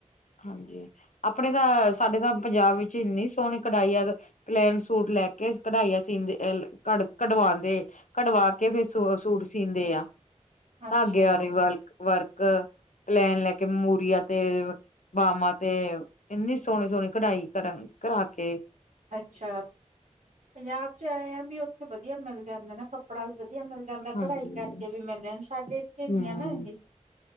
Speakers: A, on the left; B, on the right.
A: ਹਾਂਜੀ, ਆਪਣੇ ਤਾਂ, ਸਾਡੇ ਤਾਂ ਪੰਜਾਬ ਵਿੱਚ ਇੰਨੀ ਸੋਹਣੀ ਕਢਾਈਆਂ ਦਾ ਪਲੇਨ ਸੂਟ ਲੈਕੇ ਕਢਾਈਆਂ ਸੀਂਦੇ, ਕ ਕਢਵਾਂਦੇ, ਕਢਵਾ ਕੇ ਫਿਰ ਸੂ ਸੂਟ ਸੀਂਦੇ ਆ,
B: ਅੱਛਾ-ਅੱਛਾ-ਅੱਛਾ
A: ਧਾਗੇ ਆਲੇ ਵਰਕ, ਵਰਕ। ਪਲੈਨ ਲੈਕੇ ਮੂਰੀਆਂ ਤੇ ਬਾਮਾਂ ਤੇ, ਇੰਨੀ ਸੋਹਣੀ-ਸੋਹਣੀ ਘਢਾਈ ਕਰਨ, ਕਰਾਕੇ।
B: ਅੱਛਾ, ਪੰਜਾਬ 'ਚ ਆਂਏ ਆ ਵੀ ਉੱਥੇ ਵਧੀਆ ਮਿਲ ਜਾਂਦੇ ਨਾ ਕੱਪ ਕੱਪੜਾ ਵੀ ਵਧੀਆ ਮਿਲ ਜਾਂਦਾ,
A: ਹਾਂਜੀ
B: ਘਢਾਈ ਕਰਕੇ ਵੀ ਮਿਲ ਜਾਂ ਸਾਡੇ ਇੱਥੇ
A: ਹੂੰ,
B: ਨੀ ਆ ਨਾ ਇਹ।